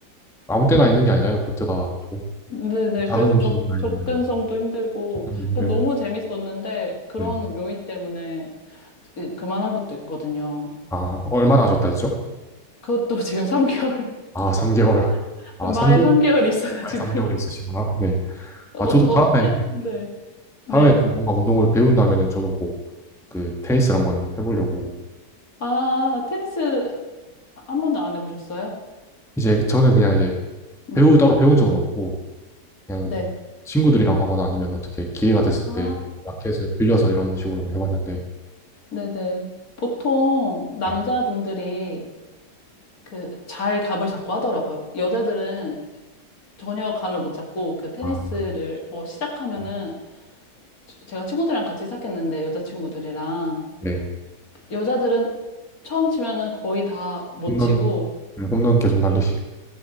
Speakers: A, in the centre; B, on the left.
A: 아무 때나 있는 게 아니잖아요. 코트가 또
B: 네네.
A: 작은
B: 그래서
A: 도시나
B: 접, 접근성도
A: 이런 데는
B: 힘들고,
A: 접근도 힘들고.
B: 너무 재밌었는데, 그런
A: 네.
B: 요인 때문에 그- 그만한 것도 있거든요.
A: 아, 얼마나 하셨다 했죠?
B: 그것도 지금 3개월,
A: 아, 3개월.
B: <laughs>
A: 아,
B: 마에
A: 3개월.
B: 3개월이 있어가지고.
A: 아예 3개월이 있으시구나.
B: <laughs>
A: 네.
B: 어,
A: 아, 저도
B: 어,
A: 다음에,
B: 테, 네, 네.
A: 다음에 또 뭔가 운동을 배운다면은 저도 꼭 그 테니스를 한번 해보려고
B: 아, 테니스 한 번도 안 해보셨어요?
A: 이제 저는 그냥 이제 배우
B: 응,
A: 따로 배운 적은 없고 그냥
B: 네.
A: 친구들이랑 하거나 아니면 어떻게 기회가 됐을
B: 아,
A: 때 마켓을 빌려서 이런 식으로는 해봤는데
B: 네네. 보통 남자분들이
A: 네.
B: 그 잘 감을 잡고 하더라고요. 여자들은 전혀 감을 못 잡고 그 테니스를
A: 아,
B: 어, 시작하면은
A: 음,
B: 저- 제가 친구들이랑 같이 시작했는데 여자친구들이랑
A: 네.
B: 여자들은 처음 치면은 거의 다 못
A: 홈런
B: 치고
A: 네, 홈런 계속 날리시